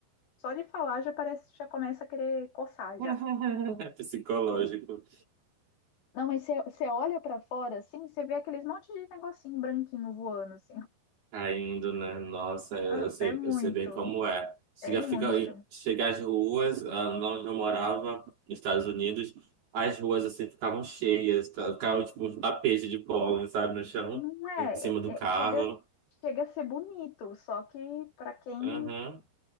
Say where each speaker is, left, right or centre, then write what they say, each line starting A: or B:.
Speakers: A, on the left; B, on the right.
A: Só de falar já parece, já começa a querer coçar
B: <laughs>
A: já.
B: É psicológico.
A: Não, mas você você olha pra fora, assim, você vê aqueles monte de negocinho branquinho voando, assim.
B: Caindo, né? Nossa, eu
A: Nossa,
B: sei,
A: é muito,
B: eu sei bem como é. Chega,
A: é muito.
B: fica, chega às ruas, ah, lá onde eu morava, nos Estados Unidos, as ruas assim ficavam cheias, ca- ficavam tipo um tapete de pólen, sabe, no chão,
A: Não é,
B: em cima do
A: é-
B: carro.
A: é- chega, chega a ser bonito, só que pra quem...
B: Uhum.